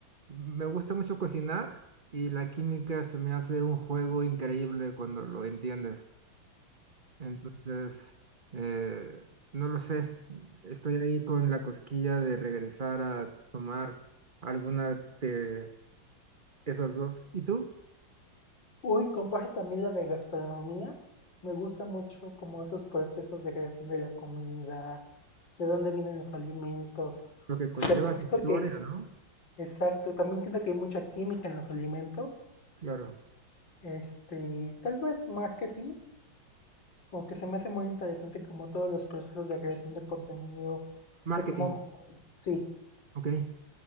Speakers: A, on the right (about 25°); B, on the left (about 65°).
A: Me gusta mucho cocinar y la química se me hace un juego increíble cuando lo entiendes. Entonces, eh, no lo sé. Estoy ahí con la cosquilla de regresar a tomar alguna de esas dos. ¿Y tú?
B: Uy, comparto también la de gastronomía. Me gusta mucho como esos procesos de creación de la comida, de dónde vienen los alimentos.
A: Lo que conlleva
B: También
A: su
B: siento
A: historia,
B: que,
A: ¿no?
B: exacto, también siento que hay mucha química en los alimentos.
A: Claro.
B: Este, tal vez marketing, Como que se me hace muy interesante como todos los procesos de creación de contenido,
A: Marketing.
B: de cómo... Sí,
A: Ok.